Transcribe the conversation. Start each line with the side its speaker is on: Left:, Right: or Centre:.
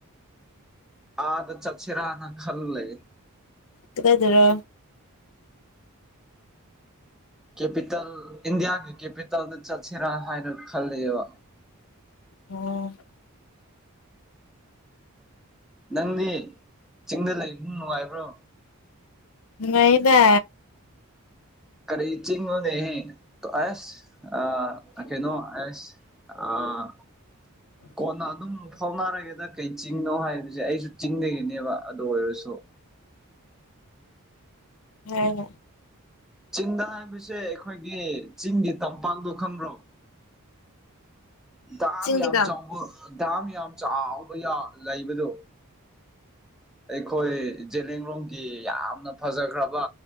Centre: ꯑꯥꯗ ꯆꯠꯁꯤꯔꯅ ꯈꯜꯂꯦ
Left: ꯀꯥꯗꯥꯏ ꯗꯔꯥ
Centre: ꯀꯦꯄꯤꯇꯦꯜ ꯏꯟꯗꯤꯌꯥꯒꯤ ꯀꯦꯄꯤꯇꯜꯗ ꯆꯠꯁꯤꯔꯥ ꯍꯥꯏꯅ ꯈꯜꯂꯦꯕ
Left: <unintelligible>
Centre: ꯅꯪꯗꯤ ꯆꯤꯡꯗ ꯂꯩꯕ ꯅꯨꯡꯉꯥꯏꯕ꯭ꯔꯣ
Left: ꯅꯨꯡꯉꯥꯢꯌꯦꯗꯥ
Centre: ꯀꯔꯤ ꯆꯤꯡꯅꯦꯍꯦ ꯑꯩꯁ ꯑ ꯀꯩꯅꯣ ꯑꯩꯁ ꯑꯥ
Left: <inaudible>
Centre: ꯀꯣꯟꯅ ꯑꯗꯨꯝ ꯐꯥꯎꯅꯔꯒꯦꯗ ꯀꯩ ꯆꯤꯡꯅꯣ ꯍꯥꯏꯕꯁꯦ ꯑꯩꯁꯨ ꯆꯤꯡꯗꯒꯤꯅꯦꯕ ꯑꯗꯨ ꯑꯣꯏꯔꯁꯨ꯫
Left: <unintelligible>
Centre: ꯆꯤꯡꯗ ꯍꯥꯏꯕꯁꯦ ꯑꯈꯣꯏꯒꯤ ꯆꯤꯡꯒꯤ ꯇꯝꯄꯥꯛꯇꯣ ꯈꯪꯕ꯭ꯔꯣ꯫ ꯗꯥꯝ
Left: ꯆꯤꯡꯗ
Centre: ꯌꯥꯝ ꯆꯥꯎꯕ ꯗꯥꯝ ꯌꯥꯝ ꯆꯥꯎꯕ ꯌꯥ ꯂꯩꯕꯗꯣ ꯑꯩꯈꯣꯏ ꯖꯂꯦꯡꯂꯣꯡꯒꯤ ꯌꯥꯝꯅ ꯐꯖꯈ꯭ꯔꯕ